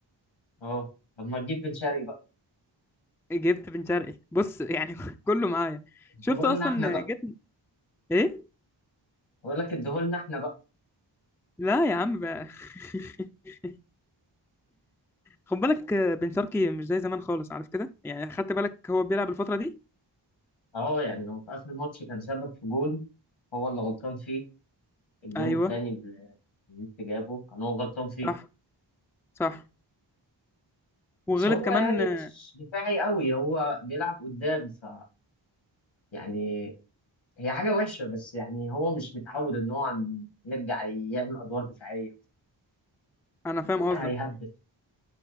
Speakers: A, on the left (about 80°); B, in the centre.
A: أه طب ما تجيب بن شرقي بقى
B: جبت بن شرقي بص يعني <laughs> كله معايا
A: اديهولنا
B: شفت اصلا
A: إحنا بقى
B: جبت ايه
A: بقول لك اديهولنا إحنا بقى
B: لا يا عم بقى <laughs> خد بالك آه، بن شرقي مش زي زمان خالص عارف كده يعني خدت بالك هو بيلعب الفتره دي
A: أه يعني هو في آخر الماتش كان سبب في جون هو اللي غلطان فيه الجون
B: ايوه
A: التاني اللي اللي جابه كان هو غلطان فيه
B: صح صح
A: بس
B: وغلط
A: هو
B: كمان
A: يعني
B: آه،
A: مش دفاعي قوي هو بيلعب قدام ف يعني هي حاجة وحشة بس يعني هو مش متعود ان هو عن- يرجع يعمل ادوار دفاعية
B: انا فاهم
A: فطبيعي
B: قصدك
A: هيهبل